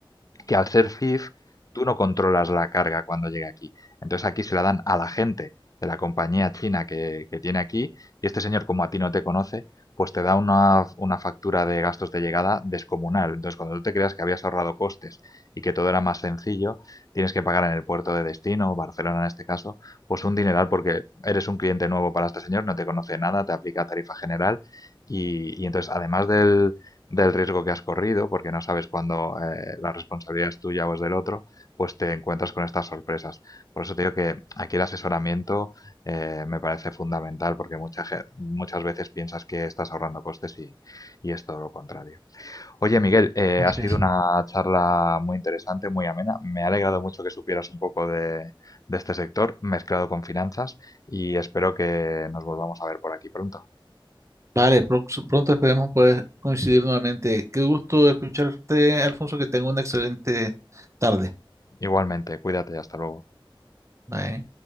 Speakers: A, on the left; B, on the right.
A: que al ser CIF tú no controlas la carga cuando llega aquí. Entonces aquí se la dan a la gente de la compañía china que, que tiene aquí y este señor, como a ti no te conoce, pues te da una, una factura de gastos de llegada descomunal. Entonces, cuando tú te creas que habías ahorrado costes y que todo era más sencillo, tienes que pagar en el puerto de destino, Barcelona en este caso, pues un dineral porque eres un cliente nuevo para este señor, no te conoce nada, te aplica tarifa general y, y entonces, además del, del riesgo que has corrido, porque no sabes cuándo eh, la responsabilidad es tuya o es del otro, pues te encuentras con estas sorpresas. Por eso te digo que aquí el asesoramiento eh, me parece fundamental, porque mucha ge- muchas veces piensas que estás ahorrando costes y, y es todo lo contrario. Oye, Miguel, eh,
B: así
A: ha sido
B: es.
A: una charla muy interesante, muy amena. Me ha alegrado mucho que supieras un poco de, de este sector mezclado con finanzas y espero que nos volvamos a ver por aquí pronto.
B: Vale, pro- pronto esperemos poder coincidir nuevamente. Qué gusto escucharte, Alfonso, que tenga una excelente tarde.
A: Igualmente, cuídate, hasta luego.
B: Bye.